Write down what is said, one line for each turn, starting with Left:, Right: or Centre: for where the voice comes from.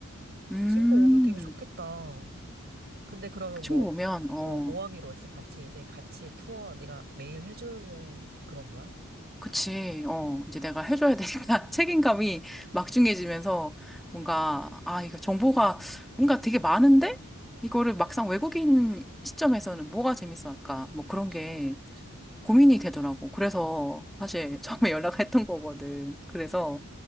Centre: 음,
Right: 어. 친구 오면 되게 좋겠다. 근데 그러면
Centre: 친구
Right: 뭐,
Centre: 보면, 어,
Right: 어, 뭐 하기로 했어? 같이 이제 같이 투어 네가 매일 해주는 그런 거야?
Centre: 그치, 어, 이제 내가 해줘야 되니까 <laughs> 책임감이 막중해지면서 뭔가, 아, 이거 정보가 뭔가 되게 많은데? 이거를 막상 외국인 시점에서는 뭐가 재밌어 할까? 뭐 그런
Right: 그렇지.
Centre: 게
Right: 그렇지.
Centre: 고민이 되더라고. 그래서 사실
Right: 음.
Centre: 처음에 <laughs> 연락했던 거거든. 그래서